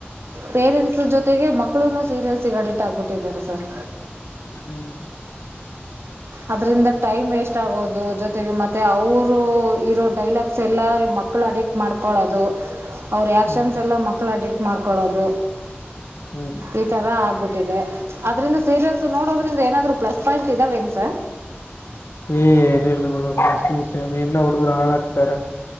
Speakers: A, on the right; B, on the left.
A: ಪೇರೆಂಟ್ಸ್ ಜೊತೆಗೆ ಮಕ್ಕಳುನು ಸೀರಿಯಲ್ಸಗೆ ಅಡಿಟ್ಟ ಆಗ್ಬಿಟ್ಟಿದ್ದಾರೆ ಸರ್
B: ಹ್ಮ್
A: ಅದ್ರಿಂದ ಟೈಮ್ ವೇಸ್ಟ್ ಆಗೋದು ಜೊತೆಗೆ ಮತ್ತೆ ಅವರು ಇರೋ ಡೈಲಾಗ್ಸ್ ಸೆಲ್ಲಾ ಮಕ್ಕಳು ಅಡಿಟ್ ಮಾಡ್ಕೊಳದ್ ದು ಅವ್ರ ಆಕ್ಷನ್ಸ್
B: ಹ್ಮ್
A: ಎಲ್ಲ ಮಕ್ಕಳ ಅಡಿಟ್ ಮಾಡ್ ಕೊಳ್ಳೋದು
B: ಹ್ಮ್
A: ಈತರ ಆಗ್ಬಿಟ್ಟಿದೆ ಆದ್ರೇ ಸೀರಿಯಲ್ಸ್ ನೋಡೋದ್ರಿಂದ ಏನಾದರೂ ಪ್ಲಸ್ ಪಾಯಿಂಟ್ ಇದಾವೇನು ಸರ್
B: ಏನೂ ಇಲ್ಲ ಮೇಡಮ್ ಇನ್ನ ಹುಡುಗುರು ಹಾಳ ಆಗ್ತಾರೆ